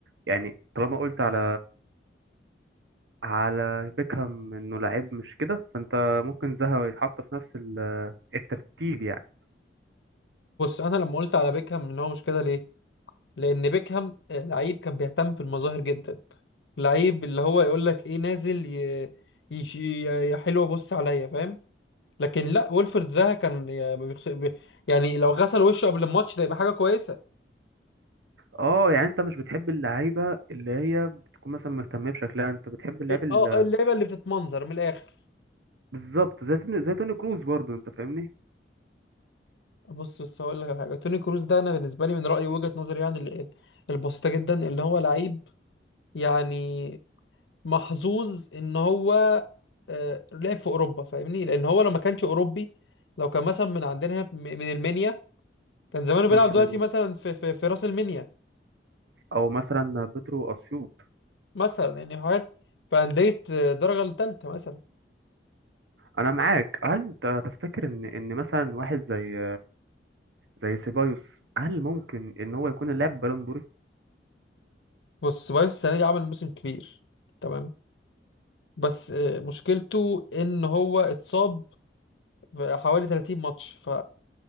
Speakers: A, on the right; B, on the left.
A: يعني طالما قلت على على بيكهام انه لعيب مش كده فانت ممكن زها يتحط في نفس ال- الترتيب يعني
B: أنا لما قلت على بيكهام إن هو مش كده ليه؟ لان بيكهام آه، لعيب كان بيهتم بالمظاهر جدا لعيب اللي هو يقول لك ايه نازل ي... يش... ي- يا حلوه بص عليا فاهم لكن لا ويلفرد زها كان ي- بيخس- بي- يعني لو غسل وشه قبل الماتش ده يبقى حاجه كويسه
A: اه يعني انت مش بتحب اللعيبه اللي هي بتكون مثلا مهتمه بشكلها انت بتحب اللعيب
B: إيه-
A: ال-
B: اه اللعيبه اللي بتتمنظر من الاخر
A: بالظبط زي توني زي توني كروز برضو انت فاهمني
B: بص بص هقول لك على حاجه توني كروس ده انا بالنسبه لي من رايي وجهه نظري يعني ال- البسيطه جدا اللي هو لعيب يعني محظوظ ان هو آه، لعب في اوروبا فاهمني لان هو لو ما كانش اوروبي لو كان مثلا من عندنا هنا م- من المنيا كان زمانه بيلعب
A: مثلا
B: دلوقتي مثلا في في, في راس المنيا
A: او مثلا بيترو اسيوط
B: مثلا يعني حاجات في انديه آه، درجه الثالثه مثلا
A: انا معاك هل انت تفتكر ان ان مثلا واحد زي زي سيبايوس هل ممكن ان هو يكون اللاعب بالون دوري
B: بص سبايس السنه دي عمل موسم كبير تمام بس آه، مشكلته ان هو اتصاب في حوالي 30 ماتش ف